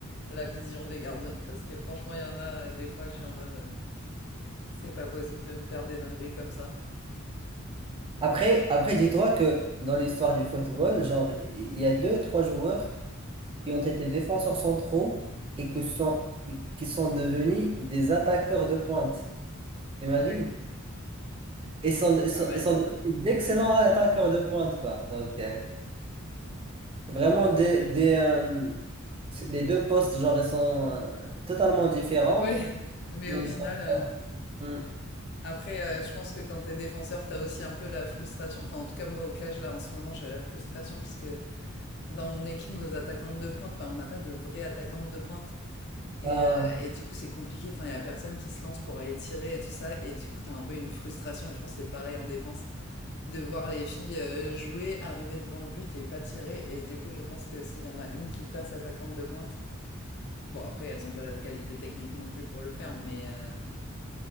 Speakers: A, on the left; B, on the right.
A: la vision des gardiens. Parce que franchement, il y en a euh, des fois, je suis en mode, euh, c'est pas possible de me faire des dingueries comme ça.
B: Après, après, dis-toi que dans l'histoire du football, genre, il y a deux, trois joueurs qui ont été défenseurs centraux et que sont, et qui sont devenus des attaqueurs de pointe. T'imagines?
A: Ah oui,
B: Ils sont, ils
A: pas
B: sont,
A: mal.
B: ils sont devenus d'excellents attaqueurs de pointe, quoi. Donc, euh, vraiment, des, des, euh, c'est- les deux postes, genre, ils sont euh, totalement différents.
A: Ouais, <laughs> mais
B: Mais
A: au final,
B: genre,
A: euh,
B: hmm,
A: après, euh, je pense que quand t'es défenseur, t'as aussi un peu la frustration. Enfin, en tout cas, moi, au cage, là, en ce moment, j'ai la frustration parce que dans mon équipe, nos attaquantes de pointe, bah, on n'a pas de vraies attaquantes de pointe. Et,
B: ah,
A: heu, et du coup, c'est compliqué. Enfin, il y a personne qui se lance pour aller tirer et tout ça. Et du coup, t'as un peu une frustration et je pense que c'est pareil en défense, de voir les filles, heu, jouer, arriver devant le but et pas tirer. Et du coup, je pense que s'il y en a une qui passe attaquante de pointe, bon après elles ont pas la qualité technique non plus pour le faire, mais, heu,